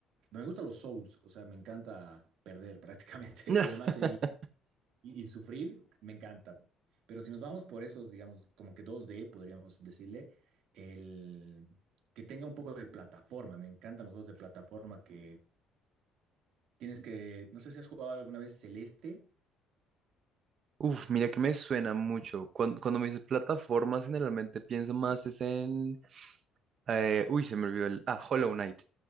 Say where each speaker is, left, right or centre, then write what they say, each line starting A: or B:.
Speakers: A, on the right; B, on the right.
A: Me gustan los souls, o sea, me encanta perder prácticamente,
B: <laughs>
A: <laughs> que me maten y, y- y sufrir, me encanta. Pero si nos vamos por esos, digamos, como que dos d podríamos decirle, el que tenga un poco de plataforma, me encantan los juegos de plataforma que tienes que, no sé si has jugado alguna vez Celeste.
B: Uf, mira que me suena mucho. Cuando, cuando me dices plataformas, generalmente pienso más es en Eh, uy, se me olvidó el... Ah, Hollow Knight,